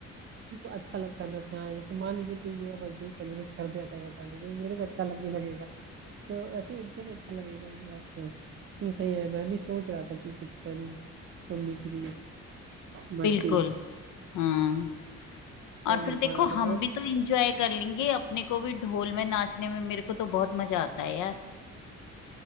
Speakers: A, on the right; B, on the left.
A: किसी को अच्छा लगता है ना हाँ जैसे मान लीजिए कोई मेरा बर्थडे सेलिब्रेट कर दे अचानक अचानक से, मेरे को अच्छा लगने लगेगा तो वैसे उनको भी अच्छा लगेगा इस बार तो नहीं सही है मैं भी सोच रहा था कि कुछ करूं मम्मी के लिए बट
B: बिल्कुल हाँ
A: कर
B: और
A: नहीं
B: फिर देखो
A: पा रहा था
B: हम
A: बहुत
B: भी तो इंजॉय कर लेंगे अपने को भी ढोल में नाचने में मेरे को तो बहुत मजा आता है यार